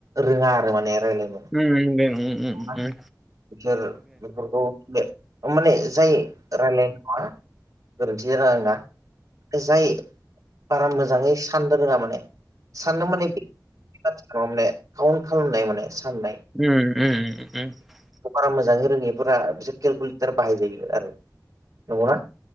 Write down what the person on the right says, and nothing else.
रोङा आरो माने रायलायनो।
नंगौना
बिसोर बेफोरखौ माने जाय रायलायनाय नङा। गोरोन्थि जादों आंना। जाय बारा मोजाङै साननो रोङा माने। साननो माने बे बाथ्रा माने काउन्ट खालामनाय माने साननाय।
बारा मोजाङै रोङिफोरा बिसोर केलकुलेटार बाहायजायो आरो नंगौना?